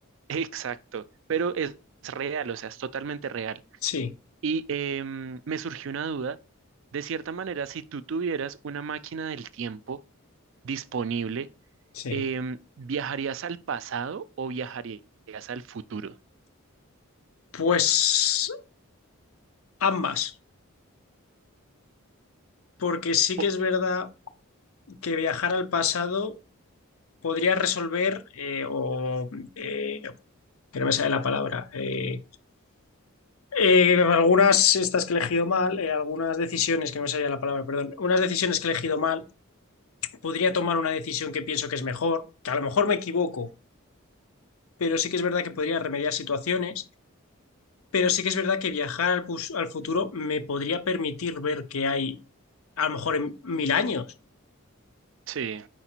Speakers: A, on the right; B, on the left.
A: Exacto, pero es real, o sea, es totalmente real.
B: Sí,
A: Y em, me surgió una duda, de cierta manera, si tú tuvieras una máquina del tiempo disponible,
B: sí.
A: em, ¿viajarías al pasado o viajarías al futuro?
B: Pues ambas, porque sí
A: Po-
B: que es verdad que viajar al pasado podría resolver eh, o eh, que no me sale la palabra. eh, eh, algunas, estas que he elegido mal, eh, algunas decisiones, que no me salía la palabra, perdón, unas decisiones que he elegido mal, podría tomar una decisión que pienso que es mejor, que a lo mejor me equivoco, pero sí que es verdad que podría remediar situaciones Pero sí que es verdad que viajar al, pus- al futuro me podría permitir ver qué hay a lo mejor en mil años,
A: sí,